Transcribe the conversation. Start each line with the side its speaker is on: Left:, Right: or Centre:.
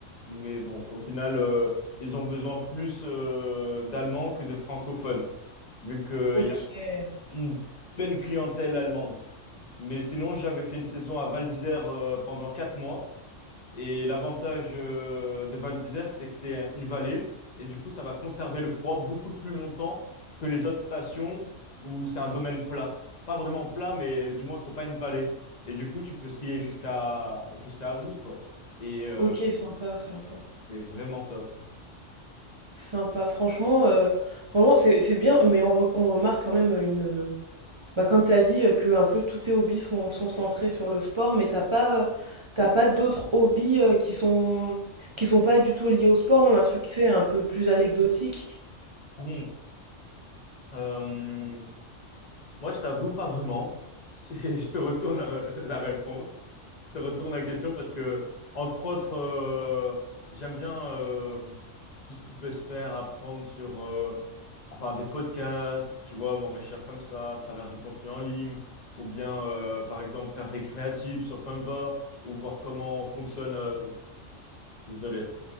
Left: Mais bon, au final, euh, ils ont besoin plus euh, d'Allemands que de francophones, vu qu'il
Right: OK.
Left: y a une belle clientèle allemande. Mais sinon, j'avais fait une saison à Val d'Isère euh, pendant quatre mois. Et l'avantage euh, de Val d'Isère, c'est que c'est un- une vallée et du coup, ça va conserver le froid beaucoup plus longtemps que les autres stations où c'est un domaine plat. Pas vraiment plat, mais du moins, c'est pas une vallée. Et du coup, tu peux skier jusqu'à jusqu'à avril, quoi. Et euh,
Right: OK, sympa, sympa.
Left: c'est vraiment top.
Right: Sympa. Franchement, euh, franchement c'est c'est bien, mais on, re- on remarque quand même une. euh, Bah, comme tu as dit, euh, que un peu tous tes hobbies sont, sont centrés sur le sport, mais t'as pas, euh, t'as pas d'autres hobbies euh, qui sont, qui sont pas du tout liés au sport, même un truc, tu sais, un peu plus anecdotique.
Left: Mmh. Euh, Moi, je t'avoue pas vraiment. C'est- <laughs> Je te retourne la, la réponse. Je te retourne la question parce que, entre autres, euh, j'aime bien euh, tout ce qui peut se faire, apprendre sur euh, enfin, des podcasts, tu vois, m'enrichir comme ça à travers du contenu en ligne, ou bien, euh, par exemple, faire des créatives sur Canva, ou voir comment fonctionne, euh, désolé,